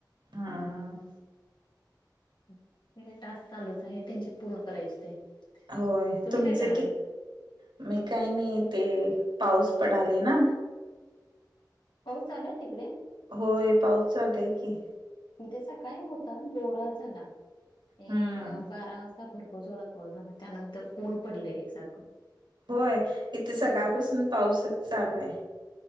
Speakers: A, on the right (about 85°); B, on the left (about 85°).
A: हा.
B: ते का काय टास्क चालूच आहे, त्यांच्ये पूर्ण करायचेच आहे.
A: होय,
B: तुम्ही
A: तुमचे,
B: काय करत आहे
A: नाही काही नाही ते पाऊस पडालेय ना.
B: पाऊस चालूय तिकडे?
A: होय पाऊस चालू हाय कि.
B: इथं सकाळी होता जोरात झाला
A: हम्म
B: एक बारा वाजता भर तो जोरात पाऊस झाला त्यानंतर ऊन पडलय एकसारखं.
A: होय इथं सकाळ
B: हो
A: पासून पाऊसच चालू हाय.